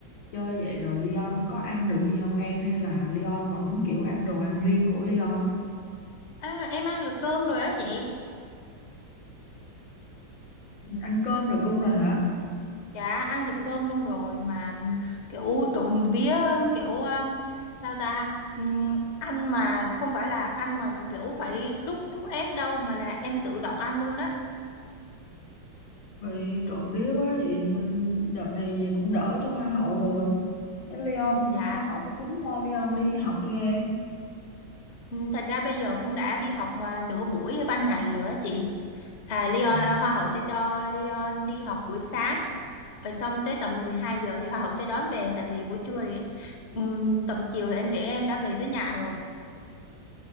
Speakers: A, on the left; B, on the left.
A: chơi vậy rồi Leon có ăn được gì không em hay là Leon vẫn kiểu ăn đồ ăn riêng của Leon
B: à, em ăn được cơm rồi á chị
A: ăn cơm được luôn rồi hả
B: Dạ ăn được cơm luôn rồi mà kiểu trộm vía kiểu um, sao ta Ừm, ăn mà không phải là ăn mà kiểu phải đút thuốc ép đâu mà là em tự động ăn luôn á
A: vậy trộm vía quá vậy đợt này cũng đỡ cho hoa hậu rồi Thế Leon
B: Ừm, dạ
A: hoa hậu có tính cho Leon đi học chưa em
B: Ừm, thật ra bây giờ cũng đã đi học mà nửa buổi ban ngày rồi á chị à, Leon
A: À.
B: à, Hoa hậu sẽ cho Leon đi học buổi sáng rồi xong tới tầm 12 giờ thì Hoa hậu sẽ đón về tại vì buổi trưa thì ừm, tầm chiều thì anh để em đã về tới nhà rồi